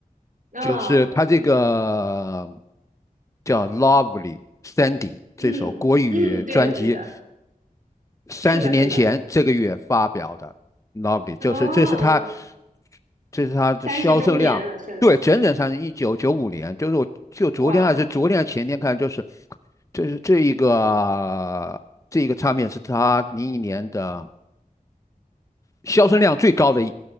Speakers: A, on the right; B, on the left.
A: 啊
B: 就是他这个叫《Lovely Sandy》这首国语专辑，
A: 嗯嗯，对的对的，
B: 三十年前这个月发表的《Lovely》，
A: 是的是的。
B: 就是这是他，
A: 哦，
B: 这是他的销售量，
A: 三十周年了，真的是
B: 对，整整上是一九九五年，就是我就昨天还是昨天还是前天看，
A: 哇！
B: 就是这是这一个这一个唱片是他零一年的销售量最高的。